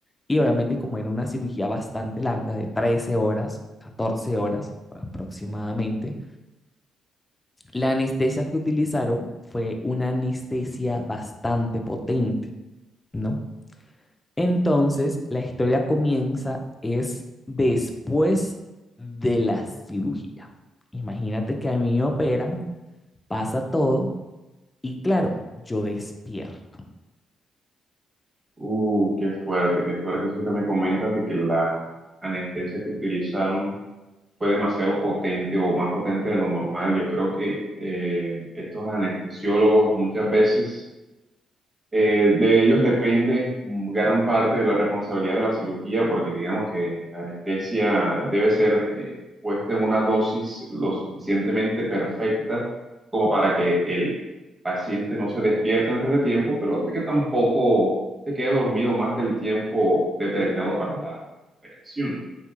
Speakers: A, on the left; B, on the right.
A: Y obviamente como era una cirugía bastante larga, de 13 horas, 14 horas aproximadamente, la anestesia que utilizaron fue una anestesia bastante potente, ¿no? Entonces, la historia comienza es después de la cirugía. Imagínate que a mí me operan, pasa todo y claro, yo despierto.
B: Uh, qué fuerte, qué fuerte eso que me comentas de que la anestesia que utilizaron fue demasiado potente o más potente de lo normal. Yo creo que eh, estos anestesiólogos muchas veces Eh, de ellos depende gran parte de la responsabilidad de la cirugía, porque digamos que la anestesia debe ser eh, puesta en una dosis lo suficientemente perfecta como para que el paciente no se despierte antes de tiempo, pero que tampoco se quede dormido más del tiempo determinado para la operación.